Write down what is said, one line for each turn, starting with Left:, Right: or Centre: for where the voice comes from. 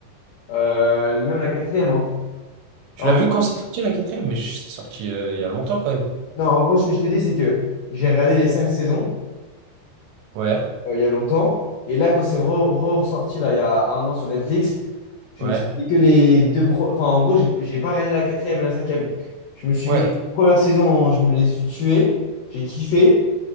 Left: Euh, même la quatrième. hein.
Right: Tu
Left: En-
Right: l'as vu quand c'est sorti, la quatrième? Mais je- c'est sorti euh, il y a longtemps, quand même.
Left: non, en gros, ce que je te dis, c'est que j'ai regardé les cinq saisons
Right: Ouais,
Left: euh, il y a longtemps. Et là, quand c'est re- re- ressorti, là, il y a un an sur Netflix, je
Right: ouais.
Left: me suis dit que les deux. pro- Enfin, en gros, j'ai j'ai pas regardé la quatrième et la cinquième. Je me suis
Right: Ouais,
Left: mis les deux premières saisons, je me les suis tuées. J'ai kiffé.